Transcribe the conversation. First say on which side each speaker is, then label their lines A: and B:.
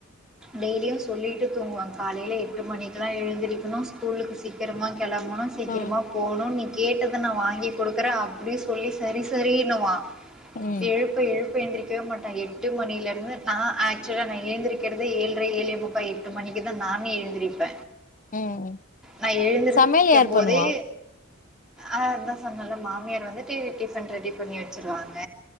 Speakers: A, in the centre; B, on the left.
A: டெய்லியும் சொல்லிட்டு தூங்குவாங்க காலையில எட்டு மணிக்கெல்லாம் எழுந்திருக்கணும் ஸ்கூலுக்கு சீக்கிரமா கிளம்பனும் சீக்கிரமா
B: ஆ
A: போகணும் நீ கேட்டத நான் வாங்கி குடுக்குற அப்டி சொல்லி சரி சரின்னுவான்
B: ம்
A: எழுப்ப எழுப்ப எந்திரிக்கவே மாட்டான் எ எட்டு மணியில இருந்து நான் ஆக்சுவலா நான் எழுந்திருக்கிறதே ஏழரை ஏழே முக்கா எட்டு மணிக்கு தான் நானே எழுந்திருப் ப
B: ம் ம்
A: நான் எழுந்திருக்கும்
B: சமையல் யார்
A: போதே
B: பண்ணுவா
A: அ அதான் சொன்நல்ல மாமியார் வந்துட்டு டிஃபன் ரெடி பண்ணி வச்சிருவாங்க